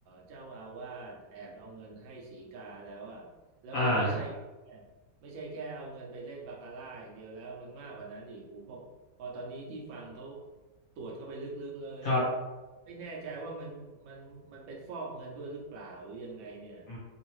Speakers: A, on the right (about 85°); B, on the left (about 50°).
A: เจ้าอาวาสแอบเอาเงินให้สีกาแล้วอ่ะแล้วก็ไม่ใช่แค่ไม่ใช่แค่เอาเงินไปเล่นบาคาร่าอย่างเดียวแล้วมันมากกว่านั้นอีกโอ้โหพอพอตอนนี้ที่ฟังเขา
B: อ่าครับ
A: ตรวจเข้าไปลึกๆเลย
B: ครับ
A: ไม่แน่ใจว่ามันมันมันเป็นฟอกเงินด้วยหรือเปล่าหรือยังไงเนี่ย
B: อื